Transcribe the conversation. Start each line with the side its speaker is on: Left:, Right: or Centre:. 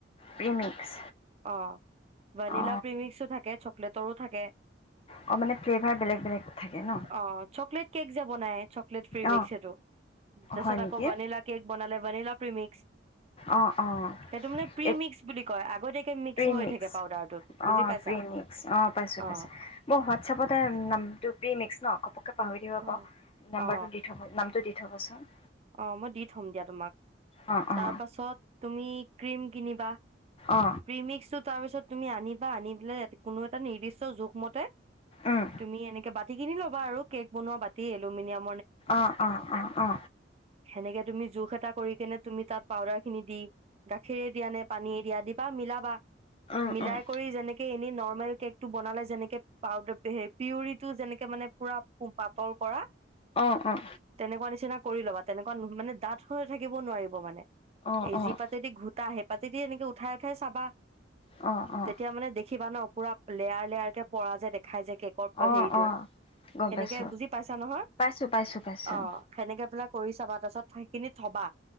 Left: প্ৰিমিক্স
Right: অ ভানিলা
Left: অ
Right: প্ৰিমিক থাকে চকলেটৰো থাকে
Left: অ মানে ফ্লেভাৰ বেলেগ বেলেগ থাকে ন
Right: অ চকলেট কেক বনাই প্লেট ফ্ৰ্ৰী
Left: অ
Right: মিক্স হেটো তচ
Left: হয় নেকি
Right: আকৌ বনিলা কেক বনাল বনিলা প্ৰিমিক্স
Left: অ অ
Right: সেইটো মানে প্ৰিমিক্স
Left: এই
Right: বুলি কয় আগতীয়াকে মিক্স
Left: প্ৰিমিক্স
Right: হৈ থাকে পাউদাৰটোত বুজি
Left: অ
Right: পাইছা
Left: প্ৰিমিক্স পাইছোঁ
Right: অ
Left: পাইছোঁ মই হোৱাতছাপতে নামটো প্ৰিমিক্স ন কে পাহৰিব
Right: অ
Left: নাম্বাৰটো
Right: অ
Left: দি থ নামটো দি পঠ বছচোন
Right: অ মই দি থম দিয়া তোমাক
Left: অ
Right: তাৰ
Left: অ
Right: পাছত তুমি ক্ৰীম কিনিবা
Left: অ
Right: প্ৰিমিক্সটো তাৰপিছত তুমি আনিবা আনিবা বলে কোনো এটা নিৰ্দিষ্ট জোখমতে
Left: উম
Right: তুমি এনেকে বাতি কিনি ল আৰু কেক বনোৱা বাতি এলুমিনিয়াম
Left: অ অ অ অ
Right: সেনেকে তুমি জোখ এটা কৰি কেনে তুমি তাত পাউদাৰ খিনি দি গাখীৰে দিয়া নে পানীয়ে দিয়া দিবা মিলাবা
Left: অ',
Right: মিলাই
Left: অ'।
Right: কৰি যেনেকে এনে নৰ্মেল কেক টো বনালে যেনেকে পাউাৰ পিউৰিটো যেনেকে মানে পুৰা তল কৰা
Left: অ', অ',
Right: তেনেকুৱা নিচিনা ল'বা তেনেকুৱা মানে দাত হৈ থাকিব নোৱাৰিব মানে
Left: অ',
Right: এইজি
Left: অ',
Right: পাতেদি ঘোটা আহ পাতিদি এনেকে উঠাই উঠাই চাবা।
Left: অ',
Right: তেতিয়া মানে দেখিবা ন পুৰা লেয়াৰ লেয়াৰ কে পৰা যে দেখাই য কেকৰ
Left: অ',
Right: হেৰিটো
Left: অ', অ'। গম
Right: সেনেকে
Left: পাইছোঁ,
Right: বুজি পাইছা নহয়,
Left: পাইছোঁ, পাইছোঁ, পাইছোঁ।
Right: অ সেনে কৰি চাবা তাৰপিছত সেইখিনি থবা।